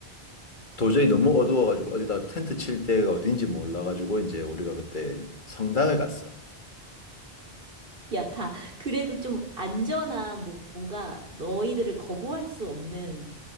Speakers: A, on the left (about 50°); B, on the right (about 60°).
A: 도저히 너무 어두워가지고 어디다 텐트 칠 데가 어딘지 몰라가지고 이제 우리가 그때 성당을 갔어.
B: 야, 다, 그래도 좀 안전한, 뭐- 뭔가 너희들을 거부할 수 없는